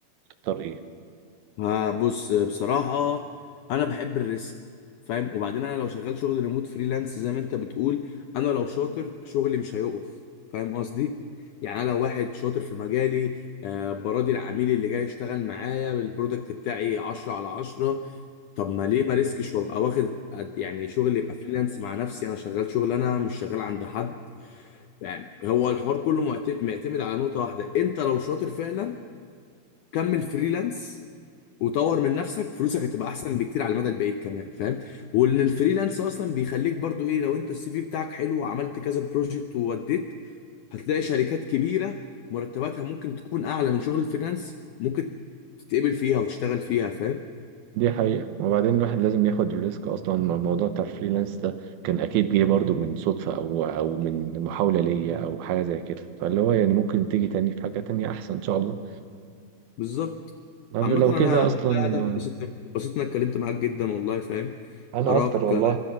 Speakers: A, on the right (about 75°); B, on the left (about 80°).
A: تختار إيه؟
B: آه بص بصراحة أنا بحب الريسك فاهم وبعدين أنا لو شغال شغل ريموت فريلانس زي ما أنت بتقول أنا لو شاطر شغلي مش هيقف فاهم قصدي؟ يعني أنا لو واحد شاطر في مجالي آه براضي العميل اللي جاي يشتغل معايا بالبرودكت بتاعي 10 على 10 طب ما ليه ما ريسكش وأبقى واخد قد- يعني شغل يبقى فريلانس مع نفسي أنا شغال شغل أنا مش شغال عند حد يعني هو الحوار كله معت- معتمد على نقطة واحدة أنت لو شاطر فعلا كمل فريلانس وطور من نفسك فلوسك هتبقى احسن بكتير على المدى البعيد كمان فاهم وان الفريلانس اصلا بيخليك برضو ايه لو انت السي في بتاعك حلو وعملت كذا بروجكت ووديت هتلاقي شركات كبيره مرتباتها ممكن تكون اعلى من شغل الفريلانس ممكن تتقبل فيها وتشتغل فيها فاهم
A: دي حقيقة وبعدين الواحد لازم ياخد الريسك أصلا الموضوع بتاع الفريلانس ده كان أكيد جه برضو من صدفة أو أو من محاولة ليا أو حاجة زي كده فاللي هو يعني ممكن تيجي تاني في حاجة تانية أحسن إن شاء الله
B: بالظبط
A: طب
B: عامة
A: لو
B: انا
A: كده أصلا
B: والله يا ادم اتبسطت اتبسطت اني اتكلمت معاك جدا والله فاهم
A: انا
B: اراك
A: اكتر والله